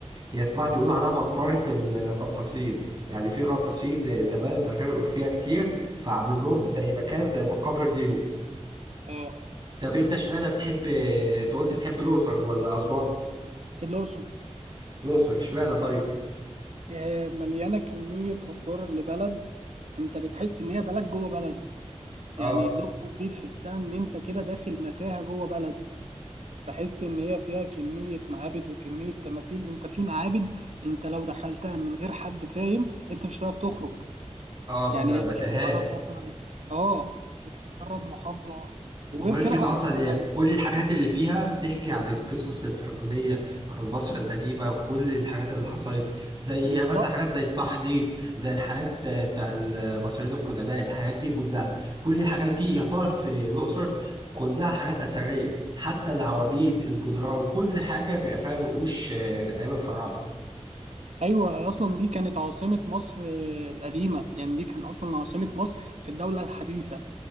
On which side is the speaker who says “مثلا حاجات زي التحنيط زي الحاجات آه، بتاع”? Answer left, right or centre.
Right